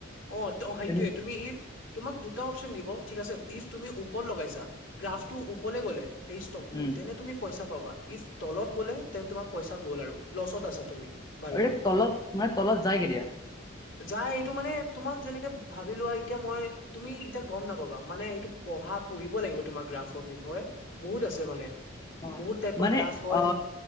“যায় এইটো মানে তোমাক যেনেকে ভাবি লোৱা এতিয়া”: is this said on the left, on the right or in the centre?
Left